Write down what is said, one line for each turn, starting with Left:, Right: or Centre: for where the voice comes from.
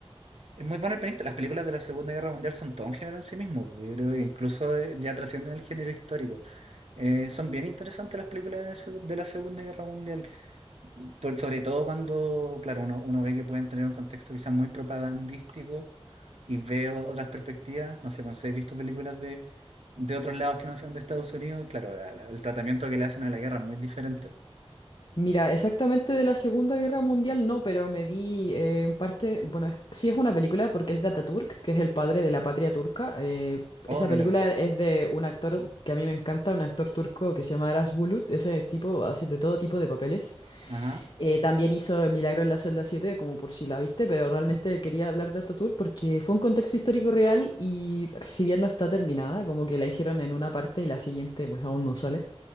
Right: Es muy bueno el pianista. Las películas de la Segunda Guerra Mundial son todo un género en sí mismo. pues, Yo creo que incluso eh, ya trascienden el género histórico. Eh, son bien interesantes las películas de, segu- de la Segunda Guerra Mundial. Por, sobre todo cuando, claro, uno, uno ve que pueden tener un contexto quizás muy propagandístico y veo otras perspectivas. No sé, cuando he visto películas de, de otros lados que no sean de Estados Unidos, claro, la- la- el tratamiento que le hacen a la guerra es muy diferente.
Left: Mira, exactamente de la Segunda Guerra Mundial no, pero me vi eh, en parte, bueno, es- sí es una película porque es de Ataturk, que es el padre de la patria turca. eh,
Right: Oh,
Left: esa
Right: no
Left: película
Right: le va.
Left: es de un actor que a mí me encanta, un actor turco que se llama Aras Bulut. Ese tipo hace de todo tipo de papeles.
Right: Ajá.
Left: Eh, también hizo El Milagro en la celda siete, como por si la viste, pero realmente quería hablar de Ataturk porque fue un contexto histórico real y si bien no está terminada, como que la hicieron en una parte y la siguiente pues aún no sale.